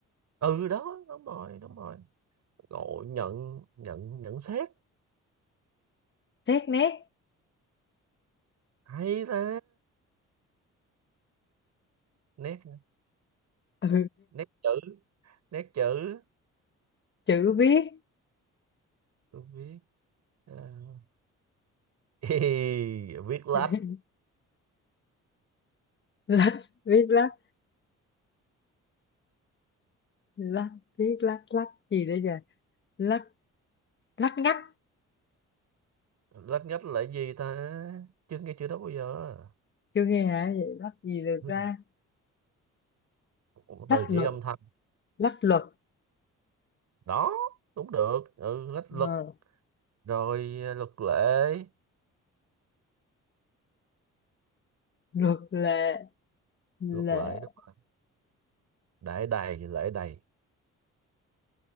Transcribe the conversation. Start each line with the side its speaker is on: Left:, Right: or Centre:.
Right: ừ đó đúng rồi đúng rồi Ngộ nhận nhận nhận xét
Left: xét nét
Right: hay ta nét
Left: ừ.
Right: nét chữ nét chữ
Left: chữ viết
Right: viết à. <laughs> Ê, viết lách
Left: <laughs> lách viết lách lách viết lách lách gì đấy giờ lách lách ngắt
Right: lách nhất là gì ta chưa nghe chữ đó bao giờ <laughs>
Left: chưa nghe hả vậy lách gì được
Right: Ừ.
Left: ra
Right: Một
Left: lách
Right: từ chỉ
Left: luật
Right: âm thanh
Left: lách luật
Right: đó cũng được ừ lách luật
Left: ờ,
Right: rồi à, luật lệ
Left: luật lệ lệ
Right: luật lệ đúng rồi đại đầy lễ đầy